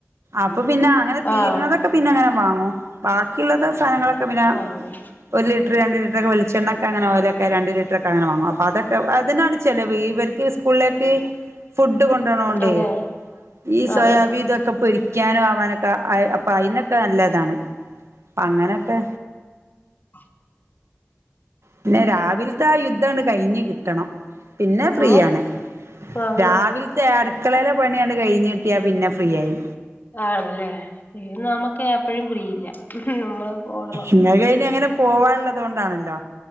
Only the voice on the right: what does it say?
അപ്പൊ പിന്നെ അങ്ങനെ തീര്ണതൊക്കെ
പിന്നെ അങ്ങനെ വാങ്ങു ബാക്കിയുള്ളത് സാധനങ്ങളൊക്കെ പിന്നെ
ഒരു ലിറ്റർ രണ്ട് ലിറ്ററൊക്കെ വെളിച്ചെണ്ണ അങ്ങനെ ഓയിലൊക്കെ രണ്ട് ലിറ്ററൊക്കെ അങ്ങനെ വാങ്ങും അപ്പൊ അതൊക്കെ അതിനാണ് ചിലവ്, ഇവർക്ക് സ്കൂളിലേക്ക് ഫുഡ് കൊണ്ടുണോണ്ടേ
ഈ സോയാബി
ഇതൊക്കെ പൊരിക്കാനും ആവാനൊക്കെ അപ്പൊ അയിനൊക്കെ ഒക്കെ നല്ലതാണ് അ അങ്ങനെയൊക്കെ
പിന്നെ രാവിലത്തെ ആ യുദ്ധഅങ്ങട് കഴിഞ് കിട്ടണം. പിന്നെ
ഫ്രീയാണ്
രാവിലത്തെയാണ് അടുക്കളയിലെ പണിയാങ്ങട് കഴിഞ്ഞ കിട്ടിയാ പിന്നെ ഫ്രീ ആയി
ഇങ്ങ്ക് അയിന് അങ്ങനെ പോവാനുള്ളത് കൊണ്ടാണല്ലോ?